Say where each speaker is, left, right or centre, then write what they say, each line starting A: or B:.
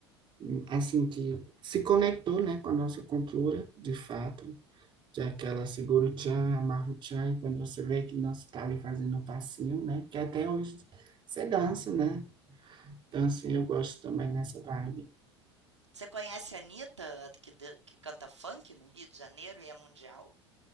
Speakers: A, on the right; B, on the right.
A: hum, assim, que se conectou, né, com a nossa cultura, de fato, que é aquela Seguro Chan, Amarro Chan, e quando você vê que não está ali fazendo o passinho, né, que até hoje você dança, né, então, assim, eu gosto também nessa vibe.
B: Você conhece a Anitta, que, dan- que canta funk no Rio de Janeiro e é mundial?